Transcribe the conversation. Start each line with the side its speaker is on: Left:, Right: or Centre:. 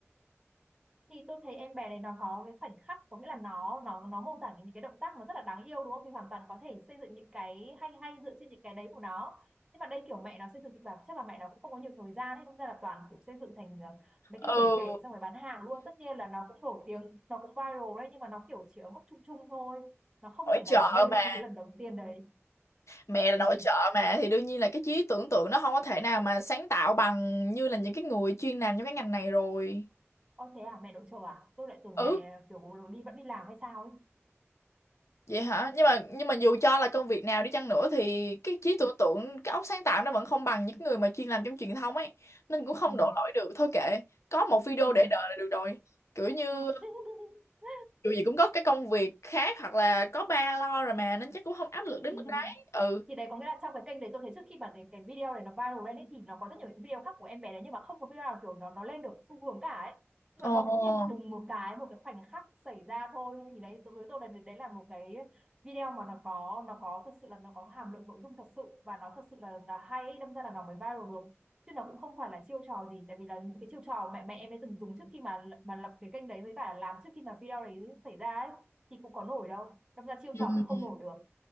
Right: thì tôi thấy em bé này nó có cái khoảnh khắc có nghĩa là nó nó nó mô tả những cái động tác nó rất là đáng yêu đúng không thì hoàn toàn có thể xây dựng những cái hay hay dựa trên những cái đấy của nó nhưng mà đây kiểu mẹ nó xây dựng kịch bản chắc là mẹ nó cũng không có nhiều thời gian ấy nên ra là toàn kiểu xây dựng thành ờ, mấy cái
Left: Ừ,
Right: kể kể xong rồi bán hàng luôn tất nhiên là nó cũng nổi tiếng nó cũng viral đấy nhưng mà nó kiểu chỉ ở mức chung chung thôi nó không
Left: nội
Right: thể nào
Left: trợ
Right: mà lên
Left: mà
Right: được như cái lần đầu tiên đấy
Left: mẹ là nội
Right: ừ.
Left: trợ mà thì đương nhiên là cái trí tưởng tượng nó không có thể nào mà sáng tạo bằng như là những cái người chuyên làm trong cái ngành này rồi.
Right: Ơ thế à, mẹ nội trợ à? Tôi lại tưởng
Left: Ừ,
Right: mẹ kiểu đi vẫn đi làm hay sao ấy.
Left: vậy hả? Nhưng mà nhưng mà dù cho là công việc nào đi chăng nữa thì cái trí tưởng tượng, cái óc sáng tạo nó vẫn không bằng những người mà chuyên làm trong truyền thông ấy, nên cũng không
Right: Ừ.
Left: đổ lỗi được. Thôi kệ, có một video
Right: Ừ.
Left: để đời là được rồi. Kiểu như
Right: <laughs>
Left: dù gì cũng có cái công việc khác hoặc là có ba lo rồi mà nên chắc cũng không áp lực đến
Right: Ừ.
Left: mức đấy ừ
Right: thì đấy có nghĩa là trong cái kênh đấy tôi thấy trước khi mà cái cái video này nó viral lên ấy, thì nó có rất nhiều những video khác của em bé đấy nhưng mà không có video nào kiểu nó nó lên được xu hướng cả ấy nhưng mà
Left: ồ
Right: bỗng nhiên đùng một cái một cái khoảnh khắc xảy ra thôi thì đấy đối với tôi là đấy là một cái video mà nó có nó có thật sự là nó có hàm lượng nội dung thật sự và nó thật sự là là hay ấy, đâm ra là nó mới viral được chứ nó cũng không phải là chiêu trò gì tại vì là những cái chiêu trò mẹ mẹ em ấy từng dùng trước khi mà mà lập cái kênh đấy với cả làm trước khi mà video đấy xảy ra ấy thì cũng có nổi đâu đâm ra chiêu
Left: ừ.
Right: trò cũng không nổi được